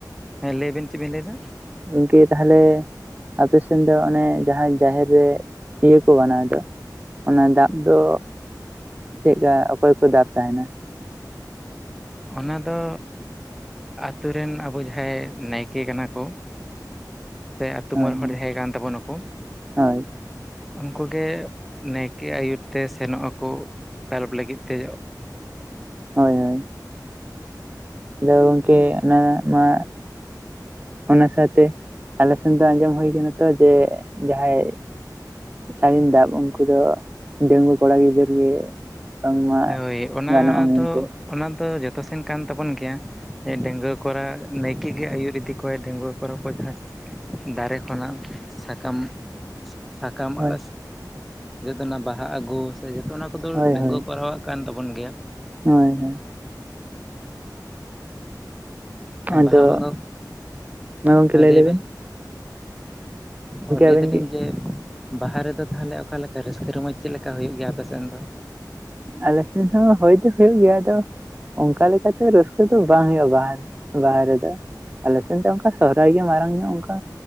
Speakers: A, in the centre; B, on the right (about 20°).
A: ᱦᱮᱸ ᱞᱟᱹᱭᱵᱱ ᱪᱮᱫ ᱵᱮᱤᱱ ᱞᱟᱹᱭᱫᱟ?
B: ᱜᱚᱝᱠᱮ ᱛᱟᱦᱚᱞᱮ ᱟᱯᱮ ᱥᱮᱱ ᱫᱚ ᱚᱱᱮ ᱡᱟᱦᱟᱸ ᱡᱟᱦᱮᱨ ᱨᱮ ᱤᱭᱟᱹ ᱠᱚ ᱵᱮᱱᱟᱣ ᱫᱚ ᱚᱱᱟ ᱫᱟᱵᱽ ᱫᱚ ᱪᱮᱫᱠᱟ ᱚᱠᱚᱭ ᱠᱚ ᱫᱟᱵᱽ ᱛᱟᱦᱮᱱᱟ?
A: ᱚᱱᱟ ᱫᱚ ᱟᱛᱳ ᱨᱮᱱ ᱟᱵᱚ ᱡᱟᱦᱟᱸᱭ ᱱᱟᱭᱠᱮ ᱠᱟᱱᱟ ᱠᱚ ᱥᱮ ᱟᱹᱛᱩ
B: ᱦᱳᱭ
A: ᱢᱚᱬᱮ ᱦᱚᱲ
B: ᱦᱳᱭ
A: ᱡᱟᱦᱟᱸᱭ ᱠᱟᱱ ᱛᱟᱵᱚᱱᱟᱠᱚ᱾
B: ᱦᱳᱭ
A: ᱩᱝᱠᱩᱜ ᱜᱮ ᱱᱟᱭᱠᱮ ᱟᱹᱭᱩᱨ ᱛᱮ ᱥᱮᱱᱚᱜ ᱟᱠᱚ ᱫᱟᱞᱚᱯ ᱞᱟᱹᱜᱤᱫ ᱛᱮ
B: ᱦᱳᱭ ᱦᱳᱭ
A: <unintelligible>
B: ᱟᱫᱚ ᱜᱚᱝᱠᱮ ᱚᱱᱟ ᱢᱟ ᱚᱱᱟ ᱥᱟᱶᱛᱮ ᱟᱞᱮᱥᱮᱱ ᱫᱚ ᱟᱸᱡᱚᱢ ᱦᱩᱭ ᱟᱠᱟᱱᱟ ᱛᱚ ᱡᱮ ᱡᱟᱦᱟᱸᱭ ᱥᱟᱹᱲᱤᱢ ᱫᱟᱵ ᱩᱱᱠᱩ ᱫᱚ ᱰᱮᱝᱜᱩᱣᱟᱹ ᱠᱚᱲᱟ ᱜᱤᱫᱟᱹᱨ ᱜᱮ ᱵᱟᱝᱢᱟ
A: ᱦᱳᱭ ᱚᱱᱟ
B: ᱜᱟᱱᱚᱜᱼᱟ ᱢᱮᱱᱛᱮ
A: ᱫᱚ ᱚᱱᱟ ᱫᱚ ᱡᱚᱛᱚ ᱥᱮᱱ ᱠᱟᱱ ᱛᱟᱵᱚᱱ ᱜᱮᱭᱟ ᱰᱮᱝᱜᱩᱟᱹ ᱠᱚᱨᱟ ᱱᱟᱭᱠᱮ ᱜᱮ ᱟᱹᱭᱩᱨ ᱤᱫᱤ ᱠᱚ ᱰᱮᱝᱜᱩᱣᱟᱹ ᱯᱚᱨᱚ ᱠᱚ ᱡᱟᱦᱟᱸ ᱫᱟᱨᱮ ᱠᱷᱚᱱᱟᱜ ᱥᱟᱠᱟᱢ ᱥᱟ ᱠᱟᱢ
B: ᱦᱳᱭ
A: ᱟᱥ ᱡᱮᱫᱚᱱ ᱚᱱᱟ ᱵᱟᱦᱟ ᱟᱹᱜᱩ ᱥᱮ ᱡᱚᱛᱚ ᱚᱱᱟ ᱠᱚᱫᱚ
B: ᱦᱳᱭ
A: ᱰᱟᱺᱜᱩᱣᱟᱹ
B: ᱦᱳᱭ
A: ᱠᱚᱨᱟᱣ ᱠᱟᱱ ᱛᱟᱵᱚᱱ ᱜᱮᱭᱟ᱾
B: ᱦᱳᱭ ᱦᱳᱭ ᱟᱫᱚ
A: ᱵᱟᱦᱟ ᱵᱚᱸᱜᱟ
B: ᱢᱟ ᱜᱚᱝᱠᱮ
A: ᱦᱮᱸ
B: ᱞᱟᱹᱭ ᱞᱮᱵᱤᱱ?
A: ᱵᱮᱱ ᱚ ᱞᱟᱹᱭ
B: ᱟᱵᱮᱱ
A: ᱫᱟᱞᱤᱧ
B: ᱜᱮ
A: ᱡᱮ ᱵᱟᱦᱟ ᱨᱮᱫᱚ ᱛᱟᱦᱚᱞᱮ ᱚᱠᱟ ᱞᱮᱠᱟ ᱨᱟᱹᱥᱠᱟᱹ ᱨᱚᱢᱚᱡᱽ ᱪᱮᱫ ᱞᱮᱠᱟ ᱦᱩᱭᱩᱜ ᱜᱮᱭᱟ ᱟᱯᱮ ᱥᱮᱱ ᱫᱚ?
B: ᱟᱞᱮᱥᱮᱱ ᱦᱚᱸ ᱦᱳᱭ ᱫᱚ ᱦᱳᱭᱳᱜ ᱜᱮᱭᱟ ᱟᱫᱚ ᱚᱱᱠᱟ ᱞᱮᱠᱟᱛᱮ ᱨᱟᱹᱥᱠᱟᱹ ᱫᱚ ᱵᱟᱝ ᱦᱩᱭᱩᱜᱼᱟ ᱵᱟᱦᱟ ᱵᱟᱦᱟ ᱨᱮᱫᱚ᱾ ᱟᱞᱮ ᱥᱮᱱ ᱫᱚ ᱚᱱᱠᱟ ᱥᱚᱦᱨᱟᱭ ᱜᱮ ᱢᱟᱨᱟᱝ ᱧᱚᱜ ᱚᱝᱠᱟ